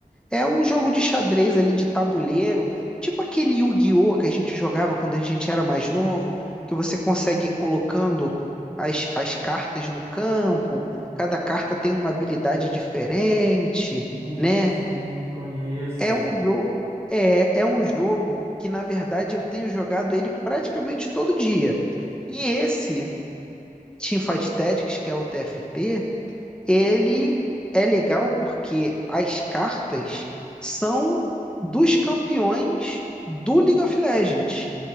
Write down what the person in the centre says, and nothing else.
É um jogo de xadrez ali de tabuleiro, tipo aquele Yu-Gi-Oh! que a gente jogava quando a gente era mais novo, que você consegue ir colocando as, as cartas no campo, cada carta tem uma habilidade diferente,
né?
É um jogo, é, é um jogo que, na verdade, eu tenho jogado ele praticamente todo dia. E esse Teamfight Tactics, que é o TFT, ele é legal porque as cartas são dos campeões do League of Legends.